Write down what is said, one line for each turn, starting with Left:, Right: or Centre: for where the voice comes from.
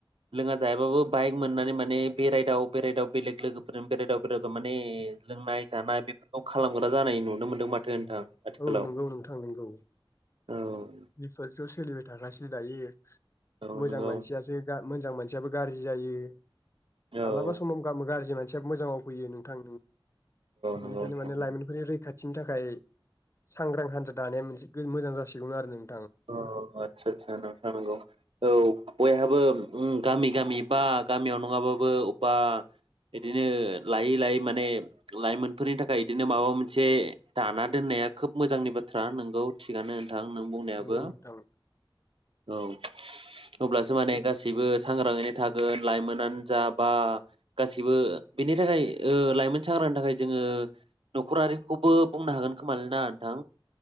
Right: लोङा जायाबाबो बाइक मोननानै माने बेरायदाव बेरायदाव बेलेग लोगोफोरजों बेरायदाव माने लोंनाय जानाय बेफोरखौ खालामग्रा जानाय नुनो मोन्दों माथो नोंथां आथिखालाव
Left: औ नंगौ नोंथां नंगौ
Right: औ
Left: बेफोरथ सोलिबाय थागासिनो दायो
Right: औ
Left: मोजां
Right: नंगौ
Left: मानसियासो गा मोजां मानसियाबो गाज्रि जायो मालाबा
Right: औ नंगौ
Left: समाव गामो गाज्रि मान सियाबो मोजाङाव फैयो नोंथां बेनिखायनो
Right: नंगौ नोंथां
Left: माने
Right: नंगौ
Left: लाइमोनफोरनि रै खाथिनि थाखाय सांग्रां हान्जा दानाया मोनसे मोजां जासिगौमोन आरो नों
Right: अह आदसा आसा नोंथां नंगौ औ बयहाबो उम गामि गामि बा गामियाव नङाबाबो अबबा इदिनो लायै लायै माने लाइमोनफोरनि थाखाय इदिनो माबा मोनसे दाना दोननाया खोब मोजांनि बाथ्रा नंगौ थिगानो नोंथां नों बुंनायाबो
Left: नंगौ नोंथां
Right: औ अब्लासो माने गासै <inaudible> सांग्राङैनो थागोन लाइमोनानो जा बा गासैबो बेनि थाखाय ओ लाइमोन सांग्रांनि थाखाय जोंङो नखरारिखौबो बुंनो हागोन खोमालैना नोंथां